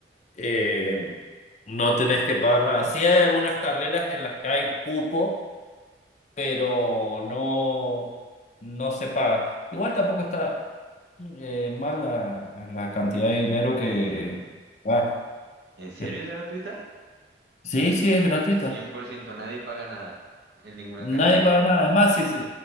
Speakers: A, on the left; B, on the right.
A: eh, no tenés que pagar nada. Sí hay algunas carreras en las que hay cupo, pero no, no se paga. Igual tampoco está eh, mal la, la cantidad de dinero que
B: Em,
A: va.
B: ¿en serio
A: pero-
B: es gratuita?
A: sí, sí, es gratuita
B: cien por ciento nadie paga nada en ninguna
A: Nadie
B: carrera.
A: paga nada. Es más, si, se-